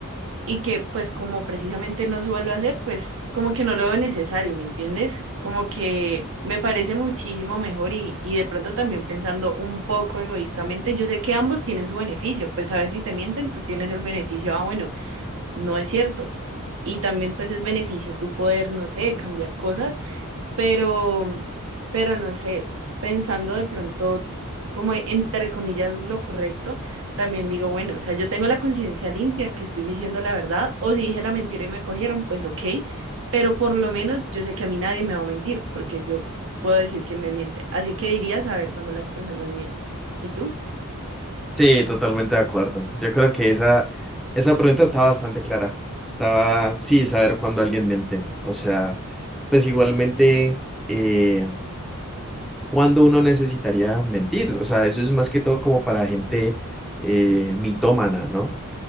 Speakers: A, on the right; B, in the centre.
A: y que pues como precisamente no suelo hacer, pues como que no lo veo necesario, ¿me entiendes? Como que me parece muchísimo mejor y, y de pronto también pensando un poco egoístamente, yo sé que ambos tienen su beneficio, pues a ver si te mienten, tú tienes el beneficio, ah, bueno no es cierto. Y también pues es beneficio tu poder, no sé, cambiar cosas, pero, pero no sé, pensando de pronto como entre comillas lo correcto, también digo, bueno, o sea, yo tengo la conciencia limpia que estoy diciendo la verdad, o si dije la mentira y me cogieron, pues ok, pero por lo menos yo sé que a mí nadie me va a mentir, porque yo puedo decir que me miente. Así que diría saber cuando las personas mienten. ¿Y tú?
B: sí, totalmente de acuerdo. Yo creo que esa, esa pregunta estaba bastante clara. Estaba, sí, saber cuándo alguien miente. O sea, pues igualmente, eh, ¿cuándo uno necesitaría mentir? O sea, eso es más que todo como para gente eh, mitómana, ¿no?